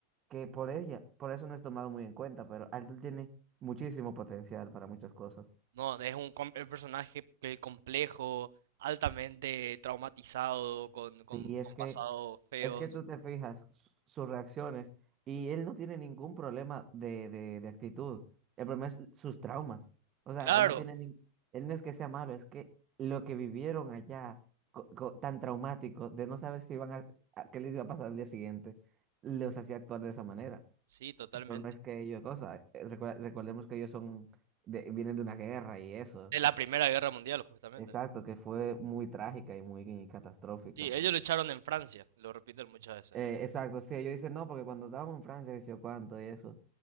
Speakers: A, on the right; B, on the right.
A: que por ella, por eso no es tomado muy en cuenta, pero Arthur tiene muchísimo potencial para muchas cosas.
B: No, es un, com- un personaje eh, complejo, altamente traumatizado, con, con,
A: Sí, es
B: con
A: que.
B: pasados feos.
A: Es que tú te fijas su- sus reacciones y él no tiene ningún problema de, de, de actitud. El problema es sus traumas. O sea,
B: Claro,
A: él no tiene ni- él no es que sea malo, es que lo que vivieron allá co- co- tan traumático de no saber si iban a, a- qué les iba a pasar al día siguiente, los hacía actuar de esa manera.
B: Sí, totalmente.
A: Pero no es que ellos, cosa, eh, recue- recordemos que ellos son de- vienen de una guerra y eso.
B: De la Primera Guerra Mundial, justamente.
A: Exacto, que fue muy trágica y muy catastrófica.
B: Sí, ellos lucharon en Francia, lo repiten muchas veces,
A: Eh,
B: eh,
A: exacto, sí, ellos dicen no, porque cuando estábamos en Francia, que sé yo cuánto y eso.